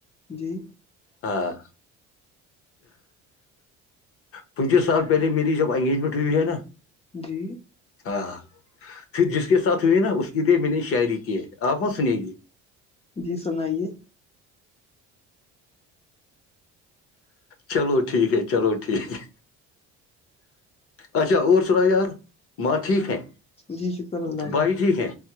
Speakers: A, on the left; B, on the left.
A: جی
B: ہاں پچیس سال پہلے میری جب انگیجمنٹ ہوئی ہے نا
A: جی
B: ہاں ہاں پھر جس کے ساتھ ہوئی نا اس کے لیے میں نے شاعری کی ہے آپ وہاں سن گی
A: جی سنائیے
B: چلو ٹھیک ہے چلو ٹھیک ہے اچھا اور سنا یار ماں ٹھیک ہیں
A: جی شکر اللہ
B: بھائی
A: کا
B: ٹھیک ہیں